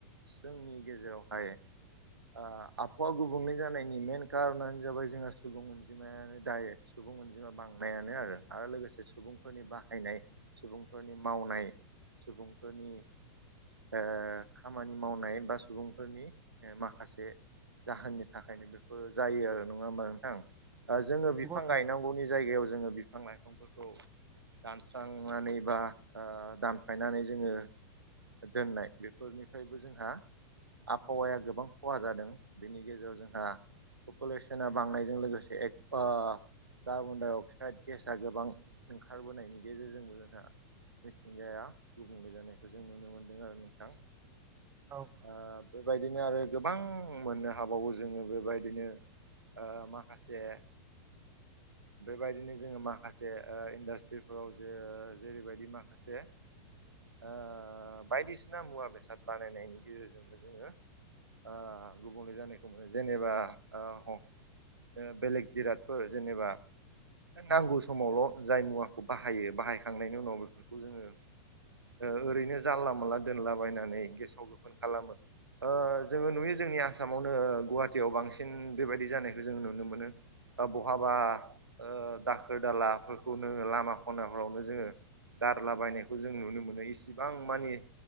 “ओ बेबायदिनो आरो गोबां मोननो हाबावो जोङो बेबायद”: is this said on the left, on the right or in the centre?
Right